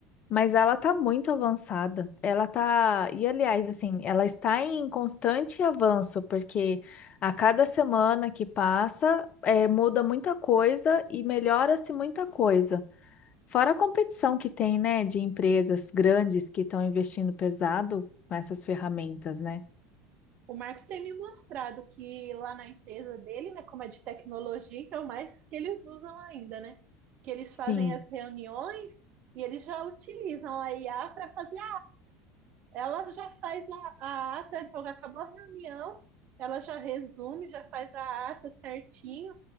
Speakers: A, on the left (about 35°); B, on the right (about 45°).
A: mas ela tá muito avançada. Ela tá, e aliás, assim, ela está em constante avanço, porque a cada semana que passa, eh, muda muita coisa e melhora-se muita coisa. Fora a competição que tem, né, de empresas grandes que estão investindo pesado com essas ferramentas, né?
B: o Marcos tem me mostrado que lá na empresa dele, né, como é de tecnologia, então mais que eles usam ainda, né? Que eles
A: Sim.
B: fazem as reuniões e eles já utilizam a IA para fazer ela já faz a, a ata, então acabou a reunião, ela já resume, já faz a ata certinho,